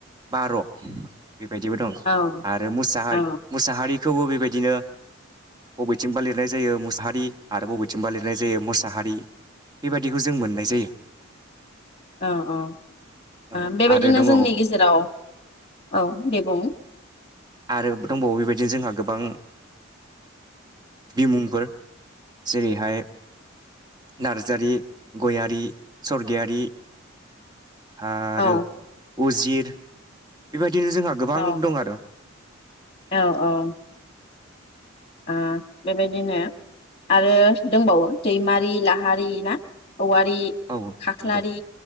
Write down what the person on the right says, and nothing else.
बार' बे बायदिबो दं
आरो मुसाहारि
मुसाहारिखौबो बेबाय बिदिनो बबेथिंबा लिरनाय जायो मुसाहारि आरो बबेथिंबा लिरनाय जायो मोसाहारि बेबायदिखौ जों मोननाय जायो
औ
आरो दङ
आरो दंबावो बेबायदिनो जोंहा गोबां बिमुंफोर जेरैहाय नारजारि, गयारि, सरगियारि आरो
उजिर बिबाय दिनो जोंहा गोबां
दं आरो
औ
नंगौ